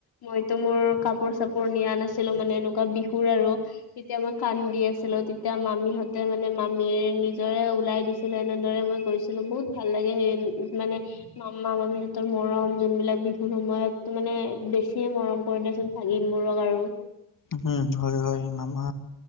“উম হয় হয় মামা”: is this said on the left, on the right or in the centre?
Left